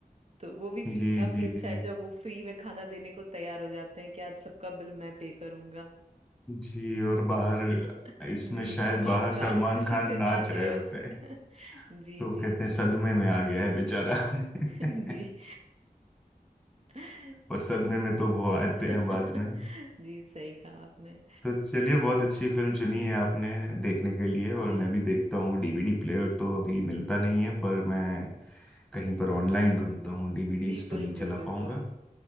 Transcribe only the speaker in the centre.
जी
जी
जी
जी और बाहर
इसमें
शायद
बाहर सलमान
खान
नाच रहे
होते
हैं
तो वो
कहते हैं सदमे में आ गया है बेचारा
<laughs>
पर सदमे
में तो वो आते
हैं बाद में
तो चलिए बहुत अच्छी फिल्म चुनी है आपने देखने के लिए और
मैं भी देखता हूँ डीवीडी प्लेयर तो अभी मिलता नहीं है पर मैं कहीं
पर ऑनलाइन ढूंढता हूँ डीवीडीज
तो
नहीं चला
पाऊंगा